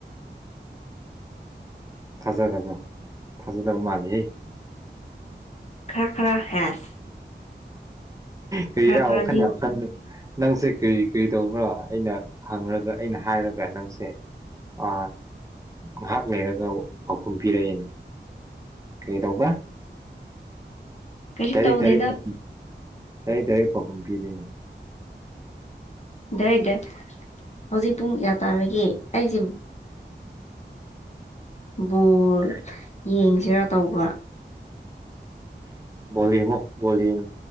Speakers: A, on the right; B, on the left.
A: ꯊꯥꯖꯗꯕ꯭ꯔꯣ ꯊꯥꯖꯗꯕ ꯃꯥꯜꯂꯤꯍꯦ
B: ꯈꯔ ꯈꯔ ꯍꯦꯁ
A: ꯀꯔꯤꯔ
B: ꯈꯔ ꯈꯔꯗꯤ
A: ꯋꯥꯈꯟ ꯌꯥꯝ ꯈꯟꯅꯨ ꯅꯪꯁꯦ ꯀ꯭ꯔꯤ ꯀ꯭ꯔꯤ ꯇꯧꯕ꯭ꯔꯣ ꯑꯩꯅ ꯍꯪꯔꯒ ꯑꯩꯅ ꯍꯥꯏꯔꯒ ꯅꯪꯁꯦ ꯑ ꯉꯍꯥꯛ ꯂꯩꯔꯒ ꯄꯥꯎꯈꯨꯝ ꯄꯤꯔꯛꯑꯦꯅꯦ ꯀꯔꯤꯗꯧꯕ‍꯭ꯔꯥ
B: ꯀꯩꯁꯨ
A: ꯗꯥꯏꯔꯦꯛ
B: ꯇꯧꯗꯦꯗ
A: ꯗꯥꯏꯔꯦꯛ <unintelligible> ꯗꯥꯏꯔꯦꯛ ꯗꯥꯏꯔꯦꯛ ꯄꯥꯎꯈꯨꯝ ꯄꯤꯅꯦ
B: ꯗꯥꯏꯔꯦꯛꯗꯦ ꯍꯧꯖꯤꯛ ꯄꯨꯡ ꯌꯥ ꯇꯥꯔꯒꯦ ꯑꯩꯁꯦ ꯕꯣꯜ
A: ꯀꯔꯤ
B: ꯌꯦꯡꯁꯤꯔꯥ ꯇꯧꯕ
A: ꯕꯣꯜ ꯌꯦꯡꯉꯣ ꯕꯣꯜ ꯌꯦꯡ